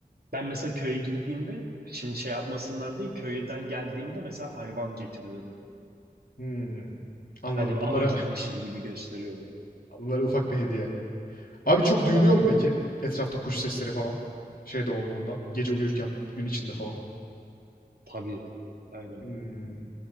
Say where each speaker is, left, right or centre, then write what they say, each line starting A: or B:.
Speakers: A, on the right (about 75°); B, on the left (about 65°).
A: Ben mesela köye gittiğimde şimdi şey yapmasınlar diye köyden geldiğimde mesela hayvan getiriyorum.
B: Hımm. Anladım.
A: Hani ava
B: Bunlara
A: gitmişim
B: <laughs>
A: gibi gösteriyorum.
B: bunlara ufak bir hediye. Abi çok duyuluyor
A: Aynen
B: mu peki
A: öyle.
B: etrafta kuş sesleri falan? Şeyde olduğunda, gece uyurken, gün içinde falan.
A: Tabii. Aynen.
B: Hımm.